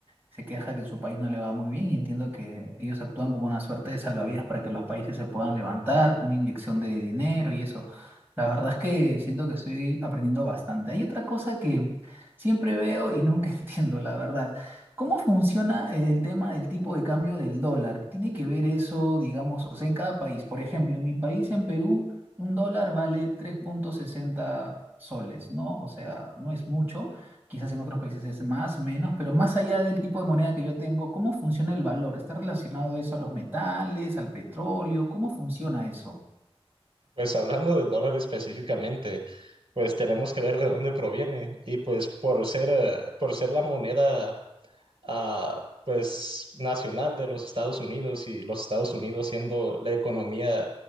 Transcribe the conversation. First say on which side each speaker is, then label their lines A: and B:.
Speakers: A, on the right (about 20°); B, on the right (about 60°).
A: se queja que en su país no le va muy bien y entiendo que ellos actúan como una suerte de salvavidas para que los países se puedan levantar, una inyección de dinero y eso. La verdad es que siento que estoy aprendiendo bastante. Hay otra cosa que siempre veo y nunca <laughs> entiendo, la verdad. ¿Cómo funciona el tema del tipo de cambio del dólar? ¿Tiene que ver eso, digamos, o sea, en cada país? Por ejemplo, en mi país, en Perú, un dólar vale tres punto sesenta soles, ¿no? O sea, no es mucho. Quizás en otros países es más, menos, pero más allá del tipo de moneda que yo tengo, ¿cómo funciona el valor? ¿Está relacionado eso a los metales, al petróleo? ¿Cómo funciona eso?
B: Pues hablando del dólar específicamente, pues tenemos que ver de dónde proviene y pues por ser, eh, por ser la moneda ah, pues nacional de los Estados Unidos y los Estados Unidos siendo la economía